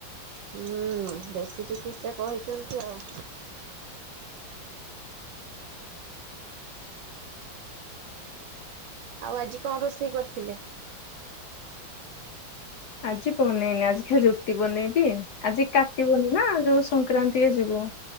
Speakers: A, on the right; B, on the left.
A: ହୁଁ ଦେଶୀ ଚିକିତ୍ସା କହିଛନ୍ତି ଆଉ। ଆଉ ଆଜି କଣ ରୋଷେଇ କରିଥିଲେ?
B: ଆଜି ବନେଇନି ଆଜି ଖାଲି ରୁଟି ବନେଇବି ଆଜି କାଟିବନି ନା ଯୋଉ ସଂକ୍ରାନ୍ତି ଯିବ।